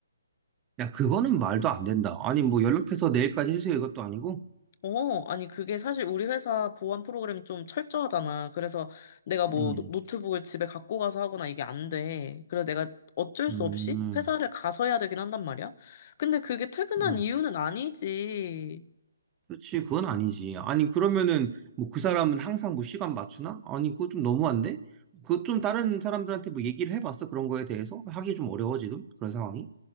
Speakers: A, on the right; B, on the left.
A: 야, 그거는 말도 안 된다. 아니, 뭐 연락해서 내일까지 해주세요, 이것도 아니고?
B: 어, 아니 그게 사실 우리 회사 보안 프로그램이 좀 철저하잖아. 그래서 내가 뭐
A: 음,
B: 노- 노트북을 집에 갖고 가서 하거나 이게 안 돼. 그래서 내가 어쩔 수
A: 음,
B: 없이 회사를 가서 해야 되긴 한단 말이야. 근데 그게 퇴근한
A: 음.
B: 이유는 아니지.
A: 그렇지, 그건 아니지. 아니, 그러면은 뭐 그 사람은 항상 뭐 시간 맞추나? 아니, 그거 좀 너무한데? 그거 좀 다른 사람들한테 뭐 얘기를 해봤어, 그런 거에 대해서? 하기 좀 어려워, 지금? 그런 상황이?